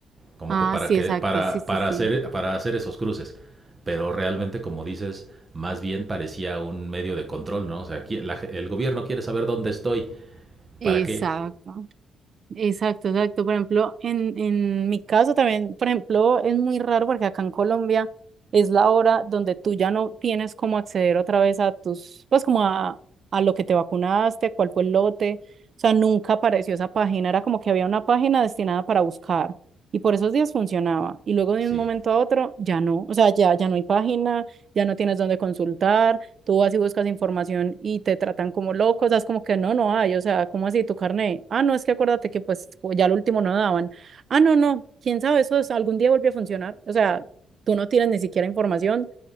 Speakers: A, on the right (about 25°); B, on the right (about 50°).
A: como
B: Ah,
A: que para
B: sí,
A: que
B: exacto.
A: para
B: Sí, sí,
A: para
B: sí.
A: hacer para hacer esos cruces, pero realmente como dices, más bien parecía un medio de control, ¿no? O sea, aquí la- el gobierno quiere saber dónde estoy,
B: Exacto.
A: ¿para qué?
B: Exacto, exacto. Por ejemplo, en, en mi caso también, por ejemplo, es muy raro porque acá en Colombia es la hora donde tú ya no tienes cómo acceder otra vez a tus, pues como a, a lo que te vacunaste, cuál fue el lote. O sea, nunca apareció esa página. Era como que había una página destinada para buscar y por esos días funcionaba. Y luego de
A: Sí.
B: un momento a otro ya no. O sea, ya, ya no hay página, ya no tienes dónde consultar tú vas y buscas información y te tratan como loco, o sea, es como que no, no hay, o sea, ¿cómo así tu carnet? Ah, no, es que acuérdate que pues ya lo último no daban. Ah, no, no, quién sabe, eso es- algún día vuelve a funcionar, o sea, tú no tienes ni siquiera información